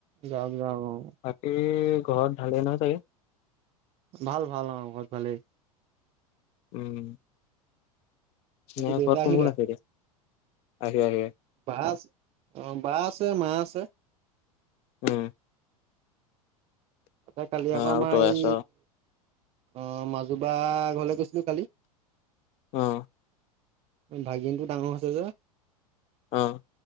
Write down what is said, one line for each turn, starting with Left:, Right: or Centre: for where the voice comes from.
Right: যাওক যাওক অ
Left: বাকী ঘৰত ভালে নহয় চাগে।
Right: ভাল ভাল অ ঘৰত ভালেই
Left: উম তোমাৰ
Right: বাকী দেউতা
Left: ঘৰত কোন-কোন
Right: আহিলে?
Left: আছে এতিয়া <unintelligible>
Right: বা আছ অ' বা আছে মা আছে।
Left: উম।
Right: তাতে কালি আকৌ আমাৰ
Left: আৰু তই
Right: এই
Left: আছ
Right: অ', মাজুবা ঘৰলে গৈছিলে কালি।
Left: অ',
Right: ভাগিনটো ডাঙৰ হৈছে যে
Left: অ',